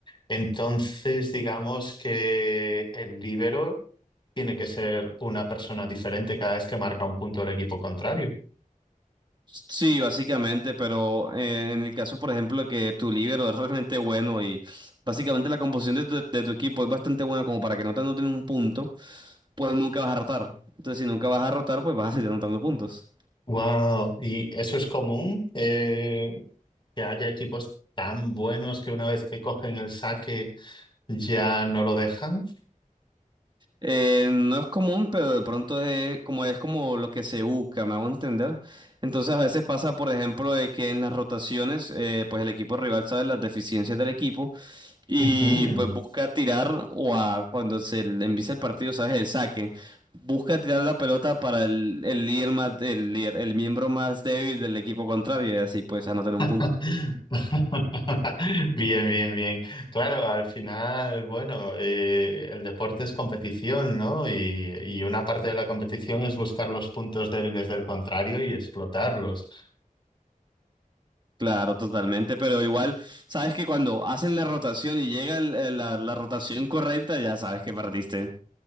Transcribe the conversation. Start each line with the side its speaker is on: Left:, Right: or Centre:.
Left: Entonces, digamos que el líbero tiene que ser una persona diferente cada vez que marca un punto el equipo contrario.
Right: Sí, básicamente, pero eh, en el caso, por ejemplo, de que tu líbero es realmente bueno y básicamente la composición de tu, de tu equipo es bastante buena como para que no te anoten un punto, pues nunca vas a rotar. Entonces, si nunca vas a rotar, pues vas a seguir anotando puntos.
Left: Wow, ¿y eso es común? eh, que haya equipos tan buenos que una vez que cogen el saque ya no lo dejan.
Right: Eh, no es común, pero de pronto es como, es como lo que se busca, me hago entender. Entonces, a veces pasa, por ejemplo, de que en las rotaciones, eh, pues el equipo rival sabe las deficiencias del equipo Y
Left: Ujú.
Right: pues busca tirar o a cuando se le empieza el partido, sabes, el saque. Busca tirar la pelota para el, el líder más, el líder- el miembro más débil del equipo contrario y así pues anotar un punto.
Left: <laughs> Bien, bien, bien. Claro, al final, bueno, eh, el deporte es competición, ¿no? Y, y una parte de la competición es buscar los puntos débiles del contrario y explotarlos.
Right: Claro, totalmente, pero igual sabes que cuando hacen la rotación y llega el- el- la, la rotación correcta, ya sabes que perdiste.